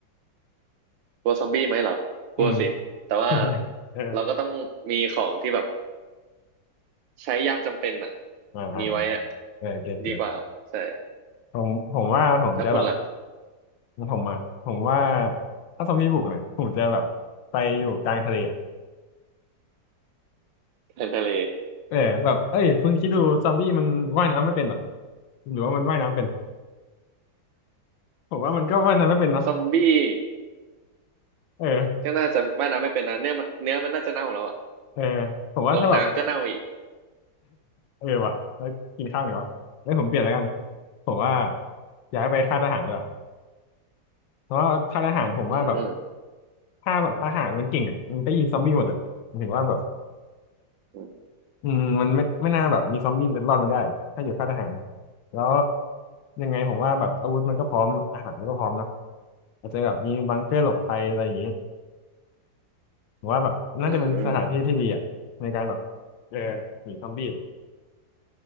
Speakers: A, on the right; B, on the left.
A: กลัวซอมบี้ไหมเหรอกลัวสิแต่ว่า
B: อืม <laughs> เออ
A: เราก็ต้องมีของที่แบบใช้ยามจำเป็นอ่ะ
B: อ่าอ่าอ่า
A: มีไว้อ่ะ
B: เออเก็ตเก็ต
A: ดีกว่าใช่
B: ผมผมว่าผมจะแบบ
A: อืมแล้วคุณล่ะ
B: ผมอ่ะผมว่าถ้าซอมบี้บุกเนี่ยผมจะแบบไปอยู่กลางทะเลอะ
A: แทนทะเล
B: เออแบบเอ้ยคุณคิดดูซอมบี้มันว่ายน้ำไม่เป็นหรอหรือว่ามันว่ายน้ำเป็นผมว่ามันก็ว่ายน้ำไม่เป็นเนาะ
A: ซอมบี้
B: เออ
A: ก็น่าจะว่ายน้ำไม่เป็นนะเนื้อมันเนื้อมันน่าจะเน่าแล้วอ่ะ
B: เออผมว่าถ้าแบบ
A: ลงน้ำก็เน่าอีก
B: เออว่ะแล้วกินข้าวไงวะแล้วผมเปลี่ยนแล้วกันผมว่าย้ายไปค่ายทหารดีกว่าเพราะว่าค่ายทหารผมว่าแบบ
A: อืม
B: ถ้าแบบทหารมันเก่งอ่ะมันก็ยิงซอมบี้หมดอ่ะหมายถึงว่าแบบ
A: อืม
B: อืมมันไม่ไม่น่าแบบมีซอมบี้รอดมาได้อะถ้าอยู่ค่ายทหารแล้วยังไงผมว่าแบบอาวุธมันก็พร้อมอาหารมันก็พร้อมเนอะอาจจะแบบมีบังเกอร์หลบภัยอะไรอย่างงี้ผมว่าแบบน่าจะเป็นสถานที่ที่ดีอ่ะในการแบบ
A: อืม
B: เออหนีซอมบี้